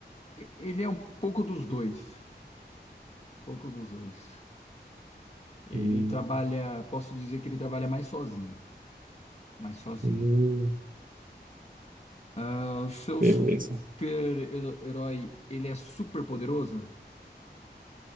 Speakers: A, on the left (about 35°); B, on the right (about 50°).
A: ele é um pouco dos dois, pouco dos dois. Ele
B: Hum,
A: trabalha, posso dizer que ele trabalha mais sozinho, mais sozinho.
B: hum,
A: Ah, o seu
B: Beleza.
A: super-herói, ele é super poderoso?